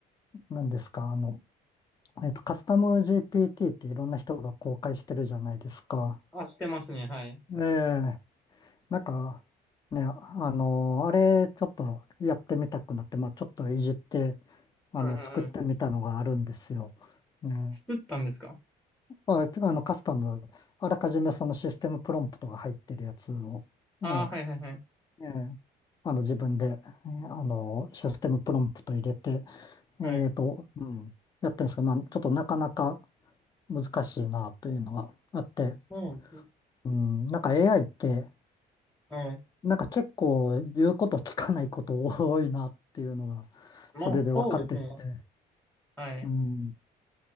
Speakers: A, on the left; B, in the centre.
A: 何ですか、あの、えっと、カスタム GPT っていろんな人が公開してるじゃないですか。
B: あ、してますね。はい。
A: ええ、なんか、ね、あの、あれ、ちょっとやってみたくなって、まあ、ちょっといじって、あの、
B: はいはいはい。
A: 作ってみたのがあるんですよ。ね、
B: 作ったんですか
A: まあ、あの、カスタム、あらかじめそのシステムプロンプトが入ってるやつを、
B: ああー、
A: ね
B: はいはいはい。
A: ええあの、自分で、えーあの、システムプロンプト入れて、
B: はい。
A: えっと、うん、やってるんですが、まあ、ちょっとなかなか難しいなというのがあって、
B: そうなんですね。
A: うん、なんか AI って、
B: はい。
A: なんか結構言うこと聞かないこと多いなっていうのが、
B: まあ、
A: それで分かってきて、
B: そうですね。はい。
A: うん、